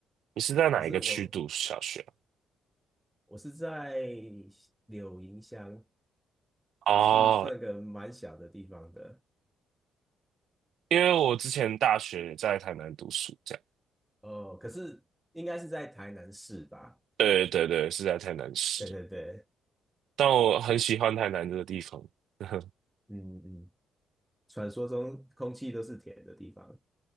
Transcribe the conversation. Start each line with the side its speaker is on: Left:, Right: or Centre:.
Right: 你是在哪一个区读小学
Centre: 可是我我是在柳营乡，
Right: 啊哦，
Centre: 是算个蛮小的地方的
Right: 因为我之前大学也在台南读书，这样。
Centre: 哦，可是应该是在台南市吧？
Right: 对对对，是在台南市，
Centre: 对对对，
Right: 但我很喜欢台南这个地方。<laughs>
Centre: 嗯嗯，传说中空气都是甜的地方。